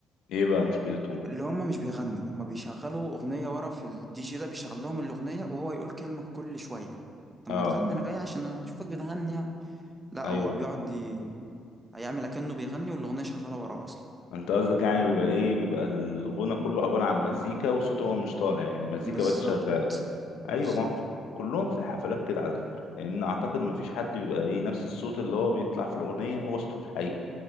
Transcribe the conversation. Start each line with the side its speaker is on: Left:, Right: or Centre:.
Left: ايه بقى مشكلتهم
Right: اللي هم مش بيغنوا هم بيشغلوا أغنية ورا في الدي جي ده بيشغل لهم الأغنية وهو يقول كلمة كل شوية طب
Left: اه
Right: ما تغني أنا جاي عشان أنا أشوفك بتغني يعني لا
Left: ايوه
Right: هو
Left: فاهم
Right: بيقعد ي... هيعمل اكنه بيغني والاغنيه شغاله وراه اصلا
Left: انت قصدك يعني بيبقى ايه بيبقى الغنى كله عبارة عن مزيكا وصوته هو مش طالع يعني مزيكا
Right: بالظبط
Left: بس شغالة ايوه
Right: بالظبط
Left: ما كلهم في الحفلات كده على فكرة لان اعتقد ما فيش حد بيبقى ايه نفس الصوت اللي هو بيطلع في الاغنية هو صوته في الحقيقة